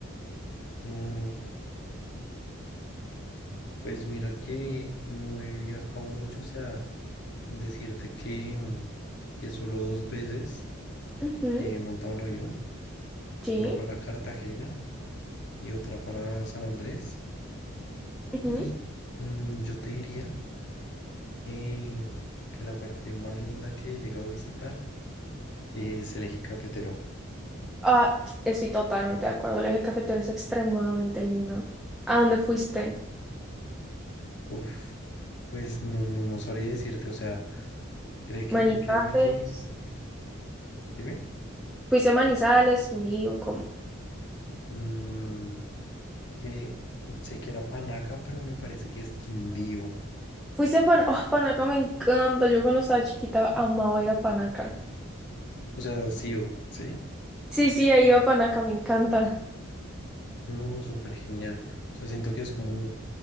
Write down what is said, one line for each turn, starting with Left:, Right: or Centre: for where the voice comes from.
Left: mm, pues mira que no he viajado mucho, o sea, decirte que, mm, que solo dos veces
Centre: Ujú,
Left: he montado un avión,
Centre: Sí.
Left: una para Cartagena y otra para San Andrés.
Centre: ujú.
Left: Y mm, yo te diría que, que la parte más linda que he llegado a visitar es el eje cafetero.
Centre: Ah, estoy totalmente de acuerdo. El eje cafetero es extremadamente lindo. ¿A dónde fuiste?
Left: Uf, pues no, no, no sabría decirte, o sea, cree que,
Centre: Manizales.
Left: créeme que, dime,
Centre: ¿Fuiste a Manizales? Ni o ¿cómo?
Left: mm, que sé que era Panaca, pero me parece que es Quindío,
Centre: Fuiste a Pan... oh, Panaca me encanta. Yo cuando estaba chiquita amaba ir a Panaca.
Left: o sea, sí o, ¿sí?
Centre: Sí, sí, he ido a Panaca, me encanta.
Left: No, súper genial, o sea, siento que es como,